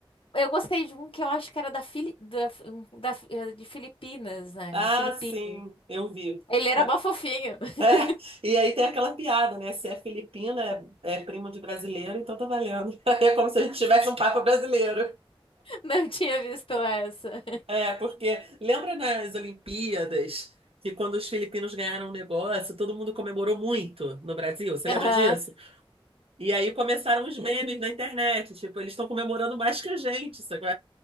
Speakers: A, on the left; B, on the right.
A: Eu gostei de um que eu acho que era da, Fili... da... um- da- eh, de Filipinas, né?
B: Ah,
A: Um filipino.
B: sim, eu vi.
A: Ele era
B: Ma-
A: mó fofinho.
B: <laughs>
A: <laughs>
B: é, e aí tem aquela piada, né? Se é filipino, é, é primo de brasileiro, então tá valendo. <laughs> É como se a gente tivesse um papa brasileiro.
A: Não tinha visto essa.
B: É, porque lembra nas Olimpíadas que quando os filipinos ganharam o negócio, todo mundo comemorou muito no Brasil? Você
A: Aham.
B: lembra disso? E aí começaram os memes na internet, tipo, eles estão comemorando mais que a gente, sabe?